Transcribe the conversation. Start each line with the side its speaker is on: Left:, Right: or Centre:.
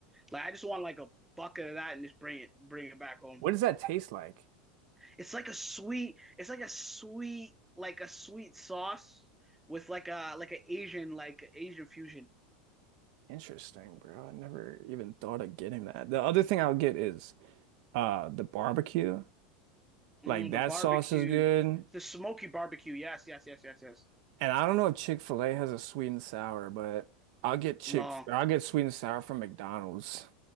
Centre: Like I just want like a bucket of that and just bring it, bring it back home.
Right: What does that taste like?
Centre: It's like a sweet, it's like a sweet, like a sweet sauce with like a like an Asian, like Asian fusion.
Right: Interesting, bro. I never even thought of getting that. The other thing I'll get is uh the barbecue.
Centre: Mm,
Right: Like that
Centre: the barbecue,
Right: sauce is good.
Centre: the smoky barbecue. Yes, yes, yes, yes, yes.
Right: And I don't know if Chick-fil-A has a sweet and sour, but I'll get Chick
Centre: No,
Right: I'll get sweet and sour from McDonald's,